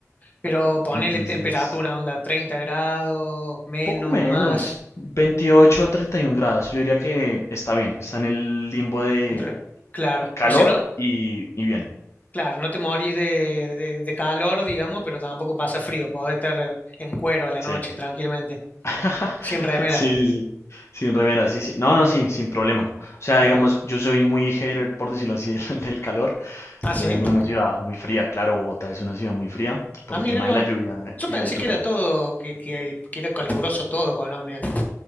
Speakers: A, on the left (about 30°); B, on the left (about 55°).
A: Pero ponele
B: Entonces,
A: temperatura, onda, 30 grados, menos,
B: poco menos,
A: más.
B: 28 a 31 grados. Yo diría que está bien, está en el limbo de
A: Otra- Claro.
B: calor
A: O sea, no,
B: y, y bien.
A: Claro, no te morís de, de- de calor, digamos, pero tampoco pasa frío. Podés estar en cuero a la
B: Sí.
A: noche tranquilamente,
B: <laughs>
A: sin remera.
B: Sí, sí, sí. Sin remera, sí, sí. No, no, sí, sin problema. O sea,
A: Ah,
B: digamos, yo soy muy hater, por decirlo así, <laughs> del, del calor.
A: ah, sí.
B: Yo vengo de una ciudad muy fría, claro, Bogotá es una ciudad muy fría por
A: Ah,
B: el
A: mira
B: tema
A: vos.
B: de la lluvia
A: Yo
B: y
A: pensé
B: la altura.
A: que era todo, que, que, que era caluroso todo Colombia.